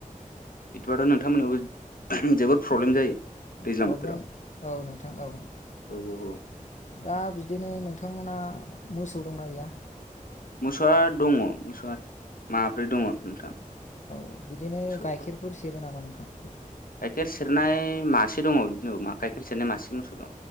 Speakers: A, on the left; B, on the left.
A: बिदिबाथ' नोंथांमोनयावबो जोबोद प्रब्लेम जायो दैज्लां
B: प्रब्लेम
A: बोथोराव
B: औ नोंथां औ
A: औ औ औ
B: दा बिदिनो नोंथ थांमोना मोसौ दंना गैया
A: मोसौआ दङ मोसौआ माब्रै दङ नोंथां
B: औ बिदिनो
A: मोसौ
B: गाइखेरफोर
A: दं
B: सेरो नामा नोंथां
A: गाइखेर सेरनाय मासे दङ बिदिनो गाइखेर सेरनाय मासे मोसौ दं।